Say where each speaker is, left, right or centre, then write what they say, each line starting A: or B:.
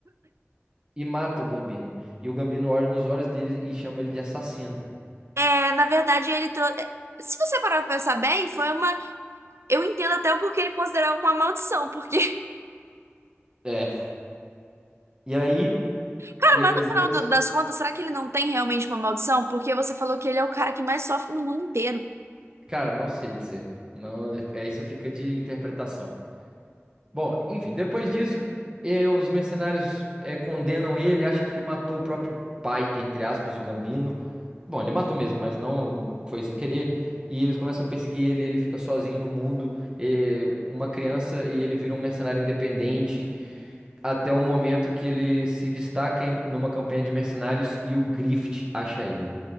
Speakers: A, on the right; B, on the right.
A: e mata o Gambino. E o Gambino olha nos olhos dele e chama ele de assassino.
B: É, na verdade, ele trouxe. Se você parar pra pensar bem, foi uma. Eu entendo até o porquê ele considerava uma maldição. Porque,
A: É. E aí
B: <laughs> cara,
A: ele-
B: mas no
A: o
B: final
A: Guts
B: do- das contas, será que ele não tem realmente uma maldição? Porque você falou que ele é o cara que mais sofre no mundo inteiro.
A: Cara, não sei dizer. Não, é isso fica de interpretação. Bom, enfim, depois disso, eh, os mercenários eh, condenam ele, acha que ele matou o próprio pai, entre aspas, o Gambino. Bom, ele matou mesmo, mas não foi sem querer. E eles começam a perseguir ele, ele fica sozinho no mundo, eh, uma criança, e ele vira um mercenário independente, até o momento que ele se destaca em, numa campanha de mercenários e o Grift acha ele.